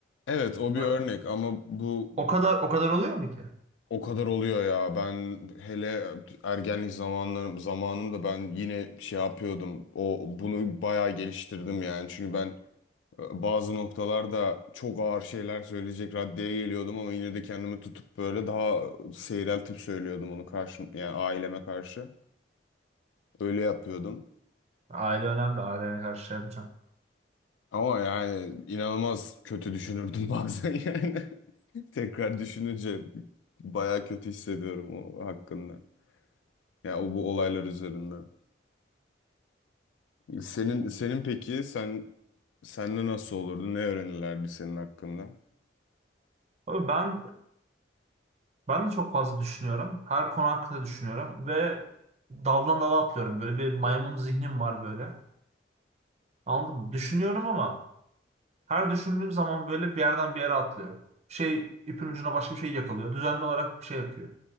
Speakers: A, on the left (about 80°); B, on the right (about 35°).
A: Evet o bir
B: O
A: örnek ama bu
B: o kadar o kadar oluyor mu ki?
A: o kadar oluyor ya. Ben hele ergenlik zamanlarım zamanımda ben yine şey yapıyordum. O bunu bayağı geliştirdim yani. Çünkü ben bazı noktalarda çok ağır şeyler söyleyecek raddeye geliyordum ama yine de kendimi tutup böyle daha seyreltip söylüyordum onu karşı yani aileme karşı. Öyle yapıyordum.
B: Aile önemli. Ailene karşı şey yapacağım.
A: Ama yani inanılmaz kötü düşünürdüm <laughs> bazen yani. Tekrar düşününce bayağı kötü hissediyorum o hakkında. Ya o bu olaylar üzerinden. Senin senin peki sen senle nasıl olurdu? Ne öğrenirlerdi senin hakkında?
B: Abi ben ben de çok fazla düşünüyorum. Her konu hakkında düşünüyorum ve daldan dala atlıyorum. Böyle bir maymun zihnim var böyle. Anladın mı? Düşünüyorum ama her düşündüğüm zaman böyle bir yerden bir yere atlıyor. Bir şey ipin ucuna başka bir şey yakalıyor. Düzenli olarak bir şey yapıyor.